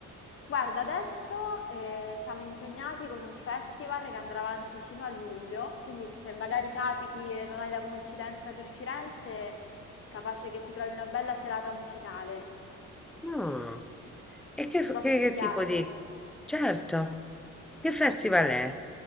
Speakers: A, on the left; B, in the centre.
A: Guarda, adesso eh, siamo impegnati con un festival che andrà avanti fino a luglio, quindi se magari capiti e non hai la coincidenza per Firenze, capace che ti trovi una bella serata musicale.
B: Mm. E che,
A: Non
B: f-
A: so
B: che-
A: se ti
B: che
A: piace.
B: tipo di... Certo, che festival è?